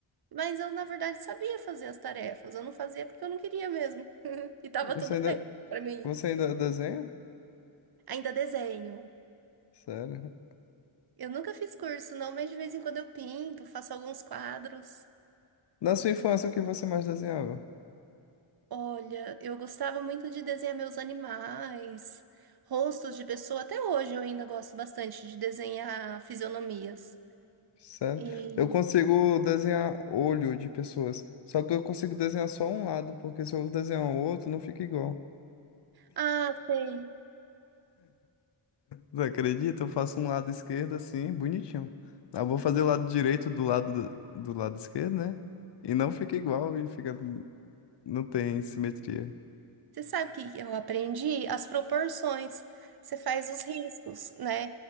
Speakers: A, on the right; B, on the left.
A: Mas eu, na verdade, sabia fazer as tarefas. Eu não fazia porque eu não queria mesmo. <laughs> E tava
B: Você
A: tudo
B: ainda,
A: bem para mim.
B: você ainda desenha?
A: Ainda desenho.
B: Sério?
A: Eu nunca fiz curso, não, mas de vez em quando eu pinto, faço alguns quadros.
B: Na sua infância, o que você mais desenhava?
A: Olha, eu gostava muito de desenhar meus animais, rostos de pessoa. Até hoje eu ainda gosto bastante de desenhar fisionomias.
B: Sério?
A: E
B: Eu consigo desenhar olho de pessoas, só que eu consigo desenhar só um lado, porque se eu desenhar o outro, não fica igual.
A: ah, sei.
B: Não acredita? Eu faço um lado esquerdo assim, bonitinho. Eu vou fazer o lado direito do lado do, do lado esquerdo, né? E não fica igual e fica não tem simetria.
A: Você sabe o que eu aprendi? As proporções. Você faz os riscos, né?